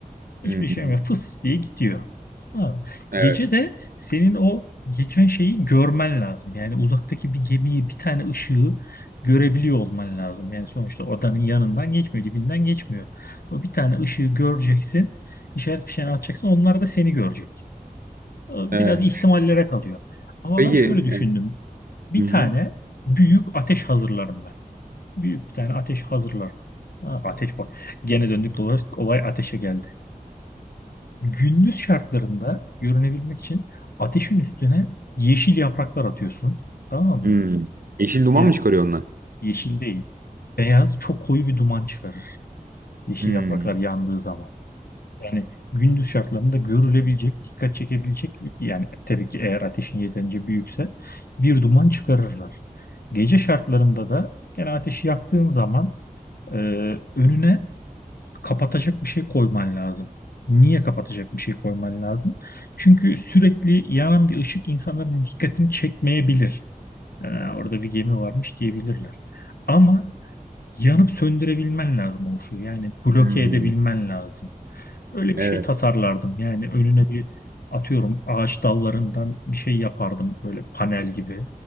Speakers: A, on the left; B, on the right.
A: Hiçbir
B: Hı
A: şey
B: hı.
A: yok. Fıs diye gidiyor. Ha.
B: Evet.
A: Gece de senin o geçen şeyi görmen lazım. Yani uzaktaki bir gemiyi, bir tane ışığı görebiliyor olman lazım. Yani sonuçta odanın yanından geçmiyor, dibinden geçmiyor. O bir tane ışığı göreceksin, işaret fişeğini atacaksın, onlar da seni görecek. Biraz
B: Evet.
A: ihtimallere kalıyor. Ama
B: Peki.
A: ben şöyle düşündüm.
B: evet.
A: Bir
B: Hı hı.
A: tane büyük ateş hazırlarım ben. Büyük bir tane ateş hazırlarım. Ha, ateş bak. Gene döndük dolaştık olay ateşe geldi. Gündüz şartlarında görünebilmek için ateşin üstüne yeşil yapraklar atıyorsun. Tamam mı?
B: Hı. Yeşil duman
A: Ya
B: mı çıkarıyor onlar?
A: yeşil değil. Beyaz çok koyu bir duman çıkarır. Yeşil
B: Hı.
A: yapraklar yandığı zaman. Yani gündüz şartlarında görülebilecek, dikkat çekebilecek yani tabii ki eğer ateşin yeterince büyükse bir duman çıkarırlar. Gece şartlarında da gene ateşi yaktığın zaman e, önüne kapatacak bir şey koyman lazım. Niye kapatacak bir şey koyman lazım? Çünkü sürekli yanan bir ışık insanların dikkatini çekmeyebilir. "Aa, orada bir gemi varmış diyebilirler. Ama yanıp söndürebilmen lazım o ışığı. Yani bloke
B: Hı.
A: edebilmen lazım. Öyle bir
B: Evet.
A: şey tasarlardım. Yani önüne bir atıyorum ağaç dallarından bir şey yapardım böyle panel gibi.